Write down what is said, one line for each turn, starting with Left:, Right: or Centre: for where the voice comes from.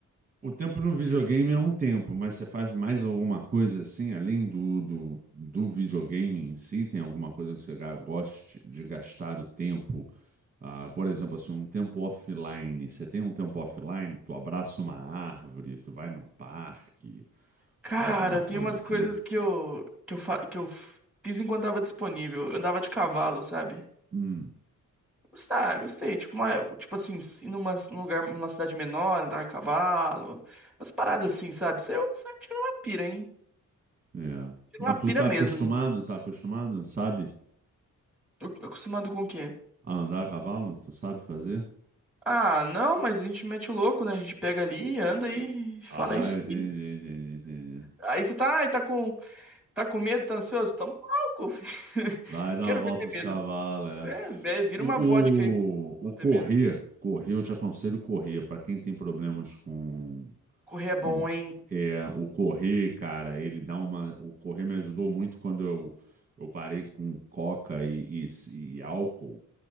Right: O tempo no videogame é um tempo, mas você faz mais alguma coisa assim, além do, do, do videogame em si? Tem alguma coisa que você ga- goste de gastar o tempo? Ah, por exemplo, assim, um tempo offline. Você tem um tempo offline? Tu abraça uma árvore, tu vai num parque,
Centre: Cara,
Right: alguma
Centre: tem
Right: coisa
Centre: umas
Right: assim?
Centre: coisas que eu que eu, fa- que eu fiz enquanto tava disponível. Eu andava de cavalo, sabe?
Right: Hum,
Centre: Gostar, gostei. Tipo, uma, tipo assim, ir numa, num lugar, numa cidade menor, andar a cavalo. Umas paradas assim, sabe? Isso aí eu, isso aí eu tiro uma pira, hein?
Right: é.
Centre: Tiro
Right: Mas
Centre: uma pira
Right: tu tá
Centre: mesmo.
Right: acostumado,
Centre: nisso.
Right: tá acostumado, sabe?
Centre: Eu, eu acostumado com o quê?
Right: A andar a cavalo? Tu sabe fazer?
Centre: Ah, não, mas a gente mete o louco, né? A gente pega ali, anda e fala
Right: Ah,
Centre: "É isso
Right: entendi,
Centre: aí.
Right: entendi, entendi.
Centre: Aí você tá, ai, tá com, tá com medo, tá ansioso? Toma um álcool, filho. <laughs>
Right: Vai dar
Centre: Quero
Right: uma volta
Centre: ver ter
Right: de
Centre: medo.
Right: cavalo, é.
Centre: É, é, vira
Right: O,
Centre: uma vodka aí, não
Right: o, o correr,
Centre: ter medo.
Right: correr, eu te aconselho correr. Para quem tem problemas com,
Centre: Correr é bom,
Right: com
Centre: hein?
Right: é, o correr, cara, ele dá uma. O correr me ajudou muito quando eu, eu parei com coca e, e, e álcool.